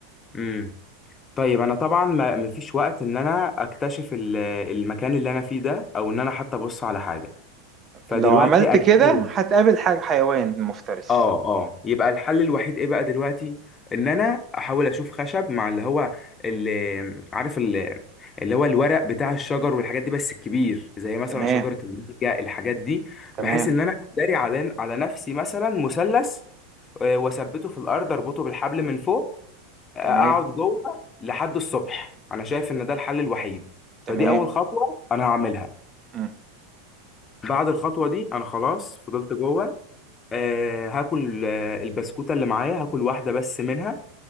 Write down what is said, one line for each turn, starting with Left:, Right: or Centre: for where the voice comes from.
Left: امم طيب انا طبعا ما مفيش وقت ان انا اكتشف ال- المكان اللي انا فيه ده او ان انا حتى ابص على حاجة فدلوقتي
Right: لو عملت
Left: انا
Right: كده
Left: شايف
Right: هتقابل حاج حيوان مفترس.
Left: اه اه يبقى الحل الوحيد ايه بقى دلوقتي ان انا احاول اشوف خشب مع اللي هو اللي عارف اللي, اللي هو الورق بتاع الشجر والحاجات دي بس الكبير زي مثلا
Right: تمام،
Left: شجرة المانجا الحاجات دي
Right: تمام،
Left: بحيث ان انا اداري على على نفسي مثلا مثلث آه، واثبته في الارض اربطه بالحبل من فوق آه،
Right: تمام،
Left: اقعد جوه لحد الصبح انا شايف ان ده الحل الوحيد
Right: تمام،
Left: فدي اول خطوة انا هعملها
Right: إمم،
Left: بعد الخطوة دي انا خلاص فضلت جوه آه هاكل آه البسكوتة اللي معايا هاكل واحدة بس منها